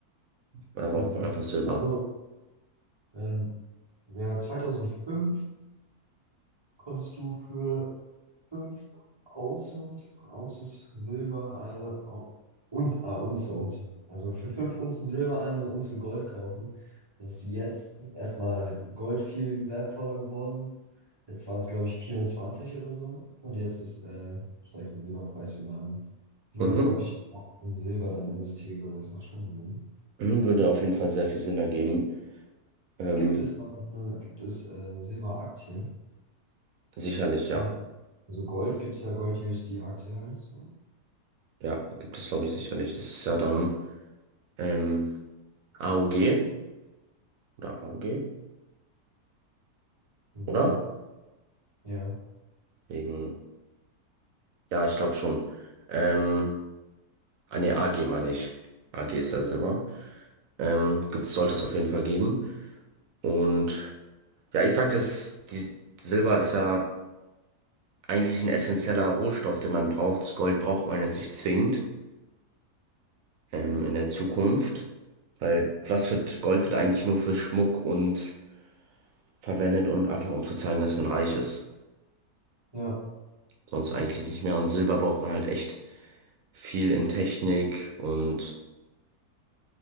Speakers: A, on the right; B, on the right.
A: aber
B: mhm.
A: auch einfach Silber.
B: Also, ähm, ja, 2005 konntest du für 5 Unzen, Ounces Silber eine Au- und ah, Unze, Unze. Also für 5 Unzen Silber eine Unze Gold kaufen. Das ist jetzt erstmal halt Gold viel wertvoller geworden. Jetzt waren es, glaube ich, 24 oder so. Und jetzt ist, äh, steigt der Silberpreis wieder an. Ich überlege,
A: Mhm.
B: ob ich auch in Silber dann investiere, weil es macht schon Sinn.
A: Mhm, Würde auf jeden Fall sehr viel Sinn ergeben. Ähm,
B: Gibt es da noch eine, gibt es äh, Silberaktien?
A: sicherlich,
B: So-
A: ja.
B: Also Gold gibt es ja Gold-USD-Aktie heißt.
A: Ja, gibt es, glaube ich, sicherlich. Das ist ja dann ähm, AOG oder AOG,
B: Mhm.
A: oder?
B: Ja,
A: Wegen, ja, ich glaube schon. Ähm, ah, nee, AG meine ich. AG ist ja Silber. Ähm, gibt's, sollte es auf jeden Fall geben. Und ja, ich sag das, die Silber ist ja eigentlich ein essentieller Rohstoff, den man braucht. Das Gold braucht man jetzt nicht zwingend. ähm, in der Zukunft. Weil was wird, Gold wird eigentlich nur für Schmuck und verwendet und einfach um zu zeigen, dass man reich ist.
B: ja,
A: Sonst eigentlich nicht mehr. Und Silber braucht man halt echt viel in Technik und